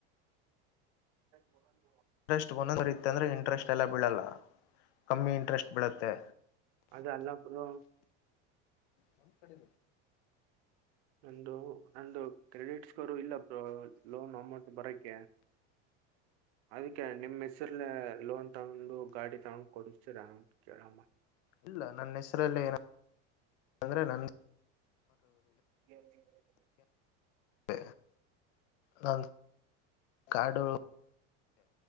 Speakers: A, on the right; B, on the left.
A: ಹೋರ
B: ಇಂಟ್ರೆಸ್ಟ್ ಒಂದೊಂದ ಬರಿತ್ತೆ ಅಂದ್ರೆ ಇಂಟ್ರೆಸ್ಟ್ ಎಲ್ಲ ಬೀಳಲ್ಲ ಕಮ್ಮಿ ಇಂಟ್ರೆಸ್ಟ್ ಬೀಳುತ್ತೆ
A: ಅದ ಅಲ್ಲ ಬ್ರೋ
B: ಹ್ಮ ಕಡೆ
A: ನಂದು ನಂದು ಕ್ರೆಡಿಟ್ ಸ್ಕೋರು ಇಲ್ಲ ಲೋನ್ ಅಮೌಂಟ್ ಬರಕ್ಕ ಅದಕ್ಕೆ ನಿಮ್ಮ್ ಹೆಸರ್ಲೆ ಲೋನ್ ತಗೊಂಡು ಗಾಡಿ ತಗೊಂಡ್ ಕೊಡಿಸ್ತರ ಕೇಳಮ್ಮ
B: ಇಲ್ಲ ನನ್ನ ಹೆಸರಲ್ಲಿ ಏ ಅಂದ್ರೆ ನ
A: <unintelligible>
B: ಹ ನ ಕಡು